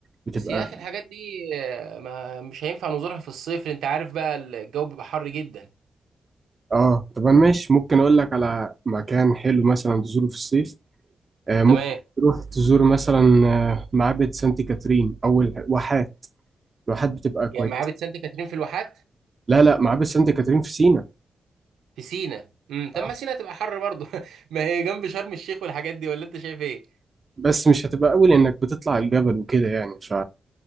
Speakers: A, on the right; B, on the right.
A: بتبقى
B: بس يا اخي الحاجات دي آه، ما مش هينفع نزورها في الصيف لأن انت عارف بقى الجو بيبقى حر جدا
A: اه طب انا ماشي ممكن اقول لك على مكان حلو مثلا تزوره في الصيف آه، ممكن
B: تمام
A: تروح تزور مثلا آه، معبد سانت كاترين او الواحات الواحات بتبقى كويسة
B: يعني معابد سانت كاترين في الواحات
A: لا لا معابد سانت كاترين في سينا
B: في سينا امم طب
A: اه
B: ما سينا تبقى حر برضه <laughs> ما هي جنب شرم الشيخ والحاجات دي ولا انت شايف ايه
A: بس مش هتبقى أول إنك بتطلع الجبل وكده يعني ف